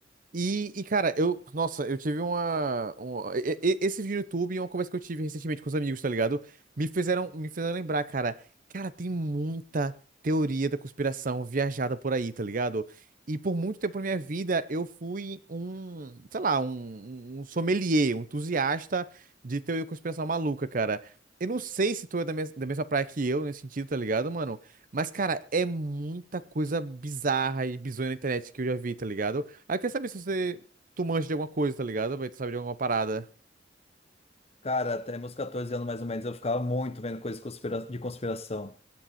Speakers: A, on the right; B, on the left.
A: E, e, cara, eu. Nossa, eu tive uma. um- e- e- esse vídeo do YouTube e uma conversa que eu tive recentemente com os amigos, tá ligado? Me fizeram, me fizeram lembrar, cara. Cara, tem muita teoria da conspiração viajada por aí, tá ligado? E por muito tempo na minha vida, eu fui um. Sei lá, um, um um sommelier, um entusiasta de teoria da conspiração maluca, cara. Eu não sei se tu é da, mes- da mesma praia que eu nesse sentido, tá ligado, mano? Mas, cara, é muita coisa bizarra e bizonha na internet que eu já vi, tá ligado? Aí eu saber se você. Tu manja de alguma coisa, tá ligado? Vai, Tu sabe de alguma parada.
B: Cara, até meus 14 anos mais ou menos eu ficava muito vendo coisas conspira- de conspiração,